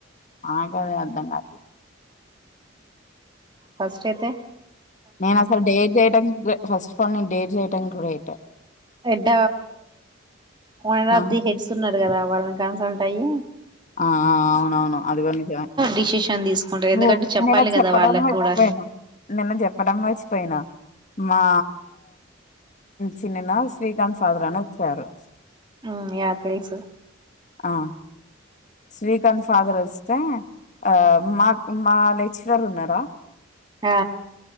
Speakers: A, on the left; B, on the right.
A: నాకదే అర్ధం కాలే
B: ఫస్ట్ఐతె
A: నేను అసలు డేర్ చేయడానిక్ ఫస్ట్ ఆఫ్ ఆల్ నేను డేర్ చేయ ఇం కూడిట
B: ఎడ ఓనర్ ఆఫ్
A: ఆ!
B: ది హెడ్స్ ఉన్నారు కదా వాళ్ళని కన్సల్ట్ అయ్
A: ఆ అవునవును అదిగూడ నిజమే
B: డిసిషన్ తీసుకుంటారు ఎందుకంటే
A: ఓ
B: చెప్పాలి
A: నిన్న చెప్పడం
B: కదా వాళ్ళకి
A: మర్చిపోయినా
B: కూడా
A: నిన్న చెప్పడం మర్చిపోయినా మా చిన్ననా శ్రీకాంత్ ఫాదర్నచ్చారు
B: ఆ యా తెలుసు
A: ఆ శ్రీకాంత్ ఫాదర్ వస్తే ఆ మాకు మా లెక్చరర్ ఉన్నారా
B: ఆ